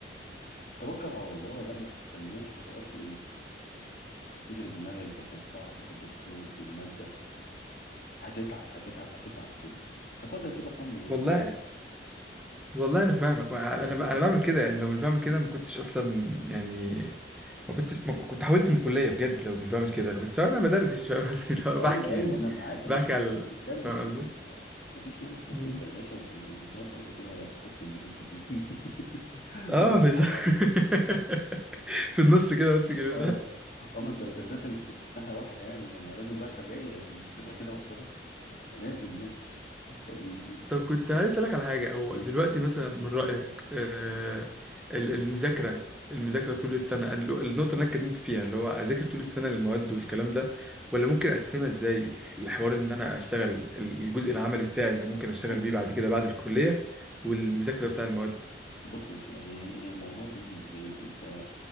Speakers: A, on the left (about 50°); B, in the centre.
A: فتوكل على الله لا ما تستناش ما تقعدش تشغل دماغك ده كان صعب ده الدكتور دي المادة هتتعب هتتعب هتتعب كده فخدها كده فن يعني
B: والله
A: زاوية
B: والله انا فاهمك انا انا بعمل كده يعني لو مش بعمل كده ما كنتش اصلا يعني ما كنتش ما كنت حاولت من الكليه بجد لو مش بعمل كده بس انا بدردش فاهم قصدي لو
A: ايوه
B: بحكي يعني
A: ايوه انا معاك
B: بحكي
A: انا معاك
B: على
A: احنا
B: ال-
A: بندردش
B: فاهم
A: برضه
B: قصدي
A: ما فيش مانع في وسط
B: مم.
A: الدردشه والت- والهزار برضه كده تاخد كلمتين حلوين <laughs> من
B: اه
A: بتوع
B: في الز- <laughs>
A: الع-
B: في النص كده بس كده
A: اه اما انت الدردشه مش تبقى مش ناحيه واحده يعني يعني لازم رايحه جايه يعني مش تبقى كده واحده بس لازم يعني ال-
B: طب كنت عايز اسالك على حاجه هو
A: م.
B: دلوقتي مثلا من رايك آه، ال- المذاكره المذاكره طول السنه أنا الو- النقطه اللي انا اتكلمت فيها اللي هو اذاكر طول السنه المواد والكلام ده ولا ممكن اقسمها ازاي الحوار ان انا اشتغل ال- الجزء العملي بتاعي اللي ممكن اشتغل
A: بص
B: بيه
A: يا
B: بعد
A: باشا
B: كده بعد الكليه والمذاكره بتاع المواد
A: بص يا باشا هي هي الموضوع بيجي ازاي انت